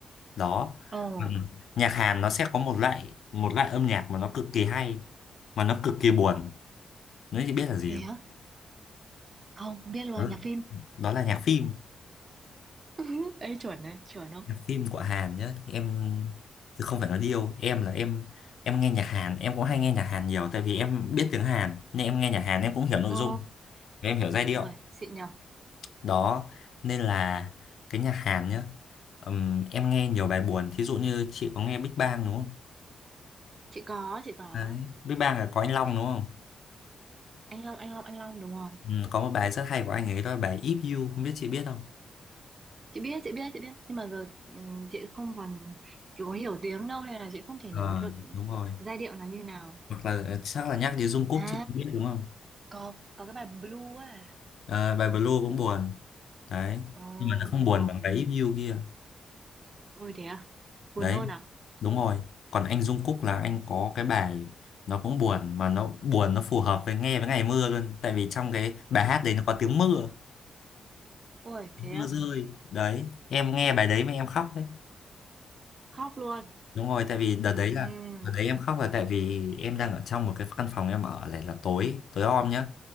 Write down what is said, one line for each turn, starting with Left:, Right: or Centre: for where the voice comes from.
Left: đó
Right: Ồ,
Left: Ừ. nhạc Hàn nó sẽ có một loại một loại âm nhạc mà nó cực kỳ hay mà nó cực kỳ buồn nói chị biết là gì
Right: thế hả? Không, không biết luôn,
Left: đó,
Right: nhạc phim.
Left: đó là nhạc phim
Right: <laughs> Ê chuẩn đấy, chuẩn không?
Left: nhạc phim của Hàn nhá em chứ không phải nói điêu em là em em nghe nhạc Hàn em cũng hay nghe nhạc Hàn nhiều tại vì em biết tiếng Hàn nên em nghe nhạc Hàn em cũng hiểu nội
Right: Ồ,
Left: dung và em hiểu giai điệu
Right: uầy, xịn nhở.
Left: đó nên là cái nhạc Hàn nhá ừm, em nghe nhiều bài buồn thí dụ như chị có nghe Big Bang đúng không
Right: Chị có, chị có.
Left: đấy Big Bang là có anh Long đúng không
Right: Anh Long, anh Long, anh Long đúng rồi.
Left: Ừm, có một bài rất hay của anh ấy đó là bài If You không biết chị biết không
Right: chị biết chị biết chị biết nhưng mà giờ ừm, chị không còn chị có hiểu tiếng đâu nên là chị không thể
Left: Ờ
Right: nhớ được
Left: đúng rồi
Right: giai điệu nó như nào
Left: hoặc là ờ, chắc là nhắc đến Jungkook
Right: à
Left: chị cũng biết đúng không
Right: có có cái bài Blue ấy
Left: Ờ, bài Blue cũng buồn đấy
Right: ồ
Left: nhưng mà nó
Right: đúng
Left: không buồn
Right: rồi
Left: bằng cái If You kia
Right: ôi thế à buồn
Left: đấy
Right: hơn à
Left: đúng rồi còn anh Jung Kook là anh có cái bài nó cũng buồn mà nó buồn nó phù hợp với nghe với ngày mưa luôn tại vì trong cái bài hát đấy nó có tiếng mưa
Right: ôi
Left: tiếng
Right: thế
Left: mưa
Right: à
Left: rơi đấy em nghe bài đấy mà em khóc đấy
Right: khóc luôn
Left: đúng rồi tại vì đợt
Right: Ừm.
Left: đấy là đợt đấy em khóc là tại vì em đang ở trong một cái căn phòng em ở này là tối tối om nhá